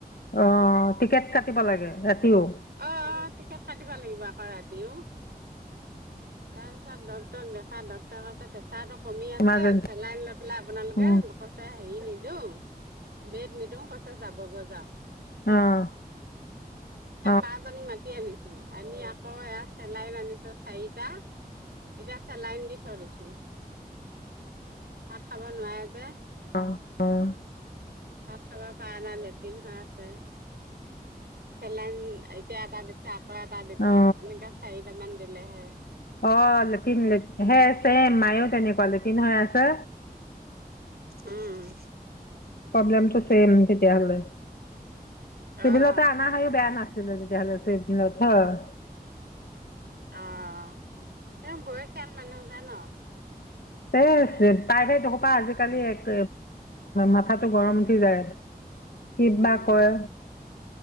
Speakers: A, on the left; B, on the right.
A: অহ' টিকেট কাটিব লাগে। ৰাতিও
B: অহ', অহ' টিকেট কাটিব লাগিব আকৌ ৰাতি দিওঁ। তাৰপিছত ডক্তৰক দেখাই ডক্তৰে কৈছে প্ৰেচাৰটো কমি আছে
A: ইমাৰ্জেঞ্চি
B: চেলাইন লৈ পেলাই আপোনালোকে,
A: অ
B: মোক কৈছে হেৰি নি দিওঁ। বেদ নিদিওঁ কৈছে যাবগৈ যাওঁক।
A: অহ'।
B: মাজনীক মাতি আনিছো। আনি আকৌ এয়া চেলাইন আনিছে চাৰিটা, এতিয়া। ছেলাইন দি থৈ দিছোঁ, ভাত খাব নোৱাৰে যে।
A: অহ', অহ'।
B: ভাত খাব পাৰা নাই লেট্ৰিন হৈ আছে। চেলাইন এতিয়া এটা দিছে আকৌ এটা দিব,
A: অ
B: এনেকে চাৰিটামান দিলেহে।
A: অহ' লেটিন হে চেম মায়ও তেনেকুৱা লেটিন হৈ আছে।
B: উম'।
A: প্ৰবলেমটো চেম তেতিয়া হ'লে, চিভিলতে
B: অহ
A: অনা হয় বেয়া নাছিল। <unintelligible> তেতিয়া হ'লে। <unintelligible>
B: অহ' তেওঁ বয়সীয়াল মানুহ যে ন।
A: এই প্ৰাইভেট এইসোপা আজিকালি এক, মাথাটো গৰম উঠি যায়। কিবা
B: উম
A: কয়,